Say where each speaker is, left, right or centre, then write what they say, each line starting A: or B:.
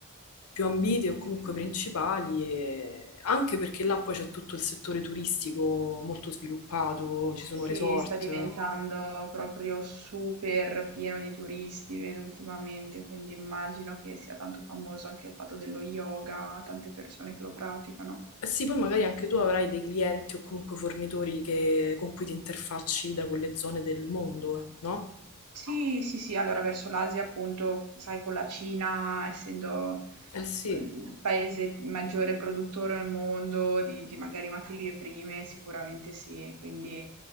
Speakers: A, on the left; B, on the right.
A: più ambite o comunque
B: Sì.
A: principali, e- anche perché là poi c'è tutto il settore turistico molto sviluppato, ci sono
B: Sì,
A: resort.
B: sta diventando proprio super pieno di turisti, vedo ultimamente, quindi immagino che sia tanto famoso anche il fatto dello yoga, tante persone che lo praticano.
A: Eh Sì, poi magari anche tu avrai dei clienti o comunque fornitori che- con cui ti interfacci da quelle zone del mondo, no?
B: Sì, sì, sì, allora verso l'Asia appunto, sai, con la Cina, essendo
A: Eh sì.
B: mhmm, il paese maggiore produttore al mondo di di magari materie prime, sicuramente sì, quindi,